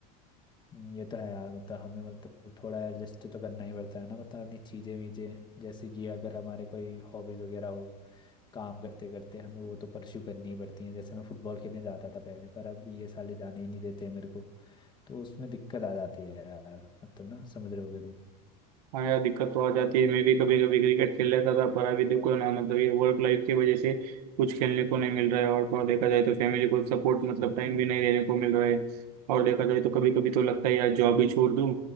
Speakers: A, on the left; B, on the right.
A: हम्म, ये तो है यार मतलब हमें मतलब थोड़ा एडजस्ट तो करना ही पड़ता है ना मतलब अपनी चीज़ें वीजें जैसे कि अगर हमारे कोई हॉबीज़ वगैरह हो काम करते करते हमें वो तो परस्यू करनी ही पड़ती है जैसे मैं फुटबॉल खेलने जाता था पहले पर अब ये साले जाने ही नहीं देते हैं मेरे को तो उसमें दिक्कत आ जाती है यार मतलब ना समझ रहे होगे तुम
B: हाँ यार दिक्कत तो आ जाती है मैं भी कभी कभी क्रिकेट खेल लेता था पर अभी देखो ना मतलब ये वर्क लाइफ की वजह से कुछ खेलने को नहीं मिल रहा है और थोड़ा देखा जाए तो फैमिली को सपोर्ट मतलब टाइम भी नहीं देने को मिल रहा है और देखा जाए तो कभी कभी तो लगता है यार जॉब ही छोड़ दूँ